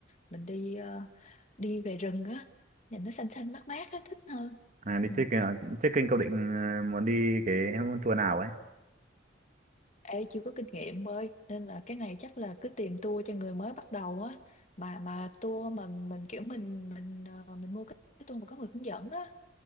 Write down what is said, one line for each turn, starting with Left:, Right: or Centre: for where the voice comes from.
Left: mình đi ờ, đi về rừng á nhìn nó xanh xanh mát mát á thích hơn
Right: À, đi
Left: ừ.
Right: trekking à? Trekking cậu định ờ, muốn đi cái tour nào ấy?
Left: Ê chưa có kinh nghiệm ơi nên là cái này chắc là cứ tìm tour cho người mới bắt đầu á mà mà tour mà mình kiểu mình mình ờ, mình mua cái cái tour mà có người hướng dẫn á